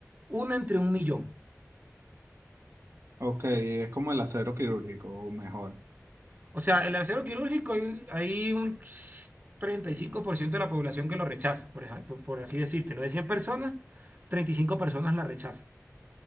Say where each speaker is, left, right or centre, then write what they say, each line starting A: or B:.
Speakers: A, on the right (about 35°); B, on the right (about 65°).
A: una entre un millón.
B: ok, es como el acero quirúrgico, o mejor.
A: O sea, el acero quirúrgico hay, un hay un 35% de la población que lo rechaza, por ejemplo, por, así decirte. de 100 personas, 35 personas la rechazan,